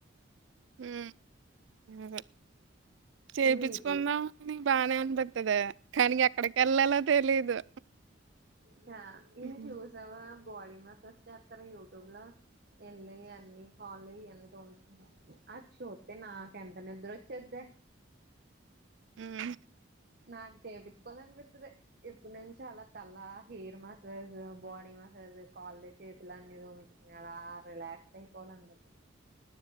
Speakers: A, on the right (about 75°); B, on the right (about 50°).
A: హ్మ్మ్ చేపించుకుందాంని
B: వీటిలో
A: బానే అన్ తగ్గదదే కానీ ఎక్కడికి ఎళ్ళాలో తెలీదు
B: క్యా ఇది
A: హ్మ్.
B: చూసావా బాడీ మసాజ్ చేస్తారు యూట్యూబ్లో ఎళ్ళ అన్నీ కాాల అన్నీ తోలుచకుంట అ చూస్తతే నాకెంత నిద్రొచ్చేద్దే
A: హ్మ్మ్
B: నాకు చేపిచ్చుకోవాల అనిపిస్తది ఇప్పుడు నుంచి అలా తల్ల హెయిర్ మసాజ్ బాడీ మసాజ్ కాల చేతులు అన్ని దోమించుకున్నాయి అలా రిలాక్స్ అయిపో అనిపితాది